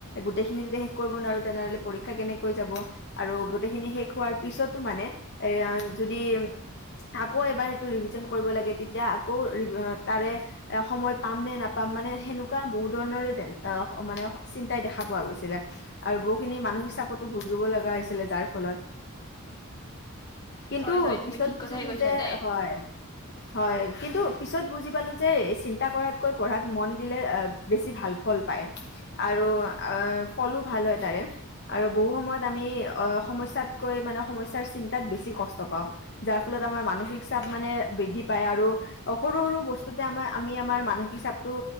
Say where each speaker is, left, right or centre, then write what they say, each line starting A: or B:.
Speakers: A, on the left (about 50°); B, on the left (about 20°).
A: গোটেইখিনি যদি শেষ কৰিব নোৱাৰোঁ তেনেহ'লে পৰীক্ষা কেনেকৈ যাব। আৰু গোটেইখিনি শেষ হোৱাৰ পিছতো মানে এ যদি আকৌ এবাৰ সেইটো ৰিভিজন কৰিব লাগে তেতিয়া আকৌ তাৰে এ সময় পাম নে নাপাম, মানে সেনেকুৱা বহুত ধৰণৰে মানে চিন্তাই দেখা পোৱা গৈছিলে আৰু বহুখিনি মানসিক চাপতো ভুগিব লগা হৈছিলে যাৰ ফলত কিন্তু
B: হয় হয় তুমি
A: পিছত
B: ঠিক
A: বুজিলো
B: কথাই কৈছা
A: যে
B: দেই
A: হয় হয় কিন্তু পিছত বুজি পালোঁ যে চিন্তা কৰাতকৈ পঢ়াত মন দিলে বেছি ভাল ফল পায়। আৰু ফলো ভাল হয় তাৰে, আৰু বহু সময়ত আমি সমস্যাত কৈ মানে সমস্যাৰ চিন্তাত বেছি কষ্ট পাওঁ। যাৰ ফলত আমাৰ মানসিক চাপ মানে বৃদ্ধি পায় আৰু সৰু সৰু বস্তুতে আমাৰ আমি আমাৰ মানসিক চাপটো